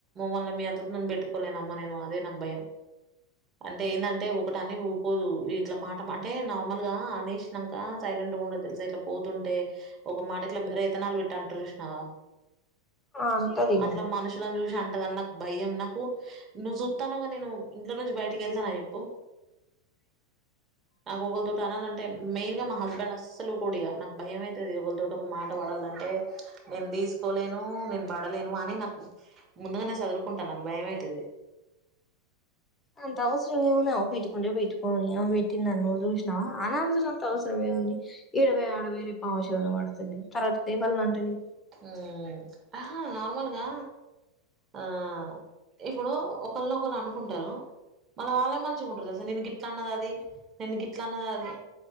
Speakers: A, on the right; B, on the left.
A: మళ్ళ మీ అత్తతో పెట్టుకోలేనమ్మ నేను అదే నాకు భయం అంటే ఏందంటే ఒకటని ఊకోదు ఇట్లా మాట అంటే నార్మల్ గా అనేషినంక సైలెంట్ గా ఉండదు తెలుసా ఇట్లా పోతుంట తుంటే ఒక మాట ఇట్లా రైతనాలు పెట్ అంటరు చూసినవా
B: అంటది
A: అట్లా మనుషులను జూసి అందని నాక్ భయం నాకు నువ్వు జూస్తున్నవ్ గా నేను ఇంట్లో నుంచి బయటికి వెళ్తానా చెప్పు
B: <inaudible>
A: నాకు ఒకరితోటి అనాలంటే మెయిన్ గా మా హస్బెండ్ అసలు ఊకోడు ఇగా నాకు భయం అయితది ఒకల్ తోటి ఒక మాట బడాలి అంటే నేను దీసుకోలేను నేను బడలేను అని నాకు ముందుగా నే చదురు కుంటా నాకు భయమైతది
B: అంత అవసరం ఏముంది ఆమె పెట్టుకుంటే పెట్టుకోని ఆమె పెట్టిందని నువ్వు జూసినవా అనాల్సి నంత అవసరం ఏ ముంది ఈడబోయి ఆడబోయి రేపు ఆమె శవిన పడుతది తర్వాత ఎవల్ని అంటది
A: మ్ ఆహా నార్మల్ గా ఆ ఇప్పుడు ఒకల్ని ఒకళ్ళు అనుకుంటరు మళ్ళ వాళ్ళె మంచిగ ఉంటరు దెలుస నిన్ను గిట్లా అన్నది అది నిన్ను ఇట్లా అన్నది అది